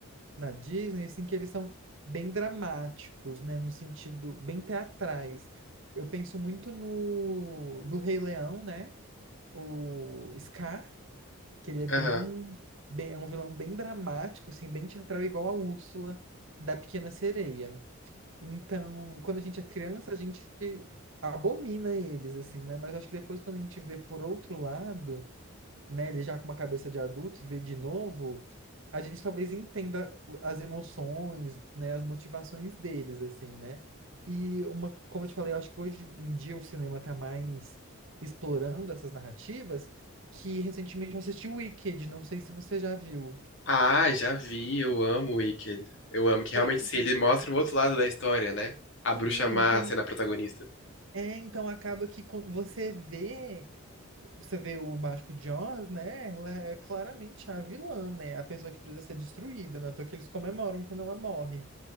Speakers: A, on the right; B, on the left.
A: na Disney, assim, que eles são bem dramáticos, né? No sentido, bem teatrais. Eu penso muito no do Rei Leão, né? O Scar, que ele é bem,
B: aham.
A: bem, é um vilão bem dramático, assim, bem teatral, igual a Úrsula da Pequena Sereia. Então, quando a gente é criança, a gente abomina eles, assim, né? Mas acho que depois, quando a gente vê por outro lado, né, ele já com uma cabeça de adulto e vê de novo, a gente talvez entenda o- as emoções, né, as motivações deles, assim, né? E uma, como eu te falei, eu acho que hoje em dia o cinema tá mais explorando essas narrativas, que recentemente eu assisti Wicked, não sei se você já viu.
B: Ah, já vi, eu amo o Wicked. Eu amo, que realmente
A: Pois
B: sim, ele mostra o outro lado da história, né? A
A: sim,
B: bruxa má
A: então,
B: sendo a protagonista.
A: é, então acaba que quando você vê. Você vê o Mágico de Oz, né? Ela é claramente a vilã, né? A pessoa que precisa ser destruída, né? Então que eles comemoram quando ela morre.